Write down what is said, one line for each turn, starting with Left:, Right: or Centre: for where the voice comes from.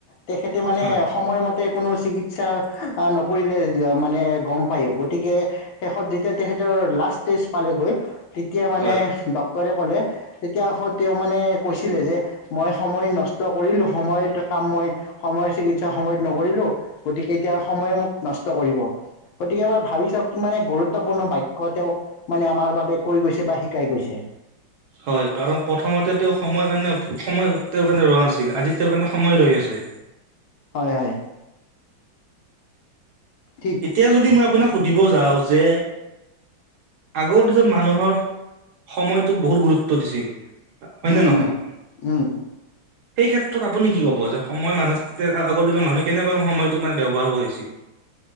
Left: তেখেতে মানে
Right: হয়
Left: সময় তে কোনো চিকিৎসা নকৰিলে মানে গম পায়ো গতিকে শেষত যেতিয়া তেখেতৰ লাষ্ট টেষ্ট পালেগৈ তেতিয়া মানে
Right: হয়
Left: ড ক্টৰে কলে তেতিয়া তেওঁ মানে কৈছিলে যে মই সময় নষ্ট কৰিলো সময়ত কাম মই সময়ৰ চিকিৎসা সময়ত নকৰিলো। গতিকে এতিয়া সময়ে মোক নষ্ট কৰিব। গতিকে এবাৰ ভাবি চাওক কিমানে গুৰুত্বপূৰ্ণ বাক্য তেওঁ মানে আমাৰ বাবে কৈ গৈছে বা শিকাই গৈছে।
Right: হয় কাৰণ প্ৰথমতে তেওঁ সময় কাৰণে সময় তেওঁৰ কাৰণে ৰোৱা নাছিল, আজি তেওঁৰ কাৰণে সময় ৰৈ আছে।
Left: হয়, হয়। ঠিক
Right: এতিয়া যদি মই আপোনাক সুধিব যাওঁ যে আগৰ দিনত মানুহৰ সময়টোক বহুত গুৰুত্ব দিছিল হয়নে
Left: উম
Right: নহয়?
Left: উম উম।
Right: সেই ক্ষেত্ৰত আপুনি কি ক'ব যে সময় মানুহ আগৰ দিনৰ মানুহে কেনেকৈ সময়টোক মানে ব্যৱহাৰ কৰিছিল?